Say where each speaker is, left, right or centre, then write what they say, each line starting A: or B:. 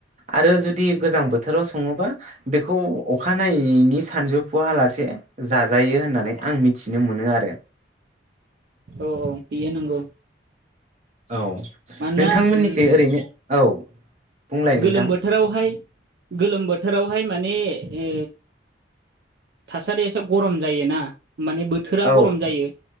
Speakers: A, on the right; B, on the right.
A: आरो जुदि गोजां बोथोराव सङोबा बेखौ अखानायैनायनि सानजौफुालासे जाजोब नाजायो होननानै आं मिथिनो मोनो आरो
B: औ औ बेयो नंगौ
A: औ
B: मानोना
A: नोंथांमोननिखि
B: उम
A: ओरैनो औ बुंलाय नोंथां
B: गोलोम बोथोरावहाय गोलोम बोथोरावहाय माने ए थासारियासो गरम जायोना माने बोथोरा
A: औ
B: गरम जायो